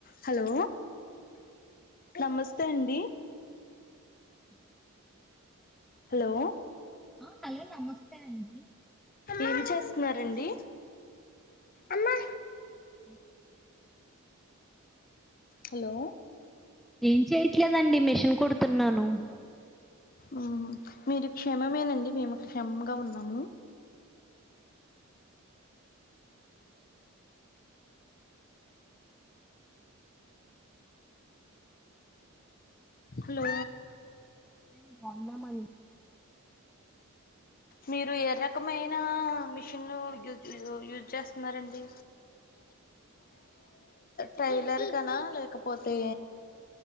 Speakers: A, on the left (about 40°); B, in the centre.
A: Hello నమస్తే అండి hello
B: hello నమస్తే అండి
A: ఏం చేస్తున్నారండి అమ్మా
B: స
A: హలో
B: ఏం చెయట్లేదండి మిషన్ కుడుతున్నాను
A: ఉ మీరు క్షమమేనండి మేము క్షమంగా ఉన్నాము హలో
B: మేం బాగున్నామండి
A: మీరు ఎర రకమైన మిషన్ యూజ్ చేస్తున్నారండి ట్రైలర్ కనా లేకపోతే